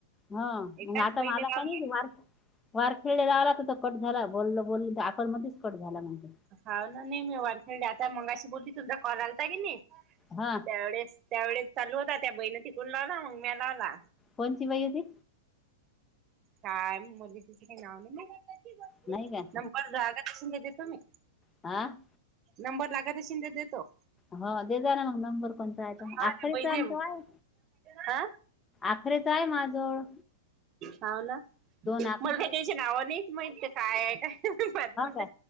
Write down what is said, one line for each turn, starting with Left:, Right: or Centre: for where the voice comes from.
Left: हो
Right: एकाच
Left: मग आता
Right: बैले
Left: मला
Right: लावले
Left: का नाही वार वारखीळला लावला पण तो कट झाला बोलल बोल तर आकल मध्येच कट झाला मणजे.
Right: हाव ना मी वानखेडे आता मंगाशी बोलली तुमचा कॉल आलता की नाही.
Left: हा.
Right: त्यावेळेस त्यावेळेस चालू होता त्या बइन तिकून लावला मग मी लावला.
Left: कोणची बाई होती.
Right: काय म्हणली तीचे काय नाव नाही माहीत
Left: नाही काय
Right: नंबर जाला. शिंदे देतो मी.
Left: आ.
Right: नंबर लागत अशीन त देतो.
Left: हो दे जाना मग नंबर कोणता आहेतो
Right: हा
Left: आखरीचा
Right: ते बैजे
Left: तो आहे.
Right: हा
Left: आखरेच आहे माजवळ.
Right: हव ना
Left: आखरे
Right: मला का
Left: हो
Right: त्याच्या नावा नाही माहित का काय आहे काय. प बोलत
Left: काय